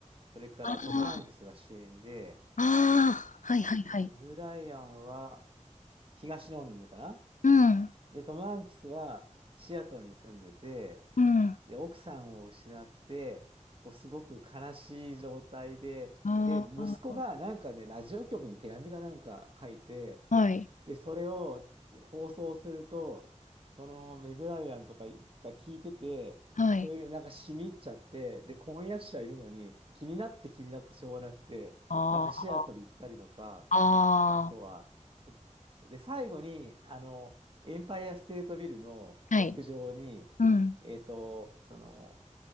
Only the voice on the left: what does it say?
あ
あ、ああ、はいはいはい。
うん。
うん。
ああ、
はい。
はい。
ああ、
ああ、
はい。うん。